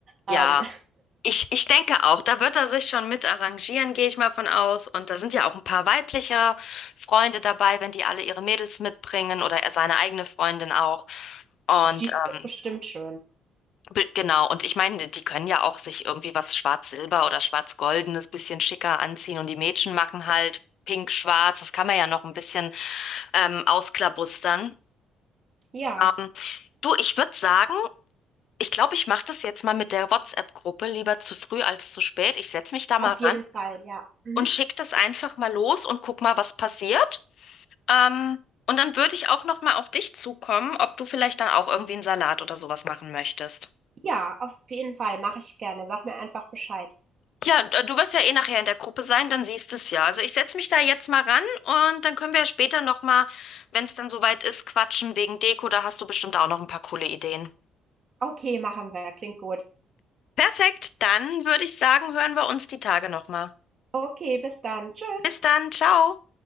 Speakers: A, on the right; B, on the left.
A: Ähm,
B: Ja. Ich, ich denke auch, da wird er sich schon mit arrangieren, gehe ich mal von aus. Und da sind ja auch ein paar weibliche Freunde dabei, wenn die alle ihre Mädels mitbringen oder er seine eigene Freundin auch. Und
A: auch die finden
B: ähm,
A: es bestimmt schön.
B: be- genau, und ich meine, die können ja auch sich irgendwie was Schwarz-Silber oder Schwarz-Goldenes bisschen schicker anziehen und die Mädchen machen halt Pink-Schwarz. Das kann man ja noch ein bisschen ähm, ausklabustern.
A: Ja,
B: Ähm, du, ich würde sagen, ich glaube, ich mache das jetzt mal mit der WhatsApp-Gruppe lieber zu früh als zu spät. Ich setze mich da mal
A: auf jeden
B: ran.
A: Fall, ja. Mhm.
B: und schick das einfach mal los und guck mal, was passiert. Ähm, und dann würde ich auch noch mal auf dich zukommen, ob du vielleicht dann auch irgendwie einen Salat oder sowas machen möchtest.
A: Ja, auf jeden Fall mache ich gerne. Sag mir einfach Bescheid.
B: Ja, d- du wirst ja eh nachher in der Gruppe sein, dann siehst du es ja. Also ich setze mich da jetzt mal ran und dann können wir ja später noch mal, wenn es dann soweit ist, quatschen wegen Deko. Da hast du bestimmt auch noch ein paar coole Ideen.
A: Okay, machen wir. Klingt gut.
B: Perfekt, dann würde ich sagen, hören wir uns die Tage noch mal.
A: Okay, bis dann. Tschüss.
B: Bis dann, ciao.